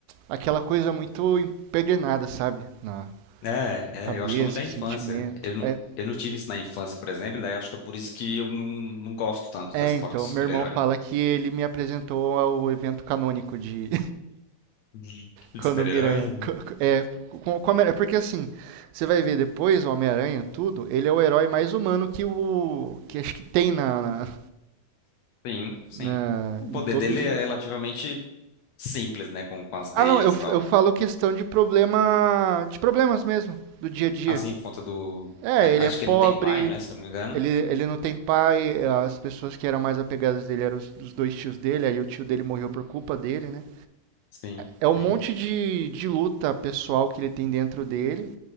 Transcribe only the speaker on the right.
aquela coisa muito impregnada, sabe? Na
cabeça,
sentimento.
É,
é,
então,
meu irmão fala que ele me apresentou ao evento canônico de,
Quando
o Miranha. É, com, com o Porque assim, você vai ver depois o Homem-Aranha, tudo, ele é o herói mais humano que o. que acho que tem na. na-
na-
em todos.
Ah, não, eu,
eu falo questão de problema. de problemas mesmo, do dia a dia.
É,
ele
é pobre,
ele, ele não tem pai, as pessoas que eram mais apegadas dele eram os, os dois tios dele, aí o tio dele morreu por culpa dele, né?
É um monte
de, de luta pessoal que ele tem dentro dele